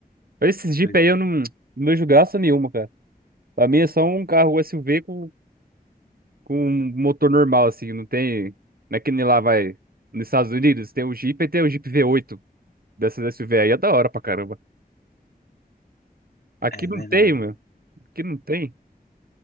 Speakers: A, on the right; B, on the left.
A: Esses Jeep
B: Pois
A: aí eu não, não vejo graça nenhuma, cara. Pra mim é só um carro SUV com, com um motor normal, assim, não tem... Não é que nem lá vai... Nos Estados Unidos tem o Jeep e tem o Jeep V8 dessas SUV aí, é da hora pra caramba. Aqui
B: É É
A: não
B: verdade.
A: tem, meu. Aqui não tem.